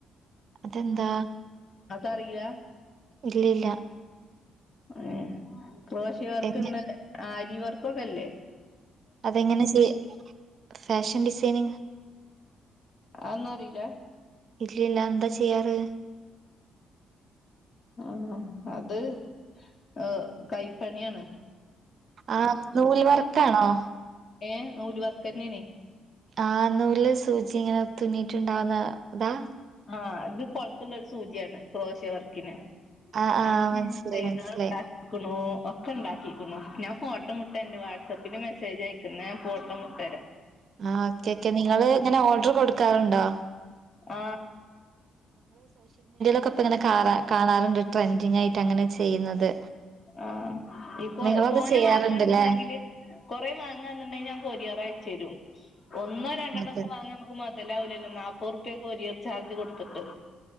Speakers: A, on the right; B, on the left.
A: അതെന്താ
B: അതറിയില്ല
A: ഇല്ലല്ല
B: ഏ ക്രോശ വർക്ക്
A: എങ്ങ
B: ന്ന് ആരിവർക്കൊക്കെല്ലേ
A: അതെങ്ങനെ ചെ ഫാഷൻ ഡിസൈനിങ്
B: ആ ഒന്നുറീല
A: ഇല്ലല്ല എന്താ ചെയ്യാറ്
B: ആ അത് ഏ കൈപ്പണ്യാണ്
A: ആ നൂല് വർക്കാണോ
B: ഏ നൂൽ വർക്കെന്നേണ്
A: ആ നൂല് സൂചിങ്ങനെ തുന്നിട്ടുണ്ടാവുന്ന അതാ
B: ആ ത് കൊളത്തുള്ളൊരു സൂച്യാണ് ക്രോഷ്യ വർക്കിന്
A: ആ ആ
B: അങ്ങനെ
A: മനസ്സിലായി
B: ചെയത
A: മനസ്സിലായി
B: <unintelligible> ണൂ ഒക്കെ ഇണ്ടാക്കിക്ക്ണു ഞാൻ ഫോട്ടോ വിട്ടെരൻ്റ് വാട്സപ്പിൽ മെസ്സേജ് അയക്ക് ന്ന ഞാ ഫോട്ടം വിട്ടരാ
A: ആ ഓക്കെ ക്കെ നിങ്ങള് ഇങ്ങനെ ഓർഡർ കൊട്ക്കാറ്ണ്ടോ
B: ആ
A: പ്പക്കങ്ങനെ കാണാ കാണാനിങ്ങ് ട്രെൻഡിങ്ങായിട്ട ങ്ങനെ ചെയ്യുന്നത്
B: ആ പ്പോ
A: നിങ്ങളത്
B: തോനെ
A: ചെയ്യാറുണ്ടല്ലേ
B: വാങ്ങന്ന്ണ്ടെങ്കില് കുറെ വാങ്ങാന്നുണ്ടെങ്കിൽ ഞ ക്കൊരിയറയ്ച്ചെരും ഒന്നോ രണ്ടെണൊക്കെ
A: അതെ
B: വാങ്ങാനിക്കുമ്പോ മ തലാവൂലല്ലോ നാപോർപ്യ കൊരിയർ ചാർജ് കൊട്ത്തിട്ട്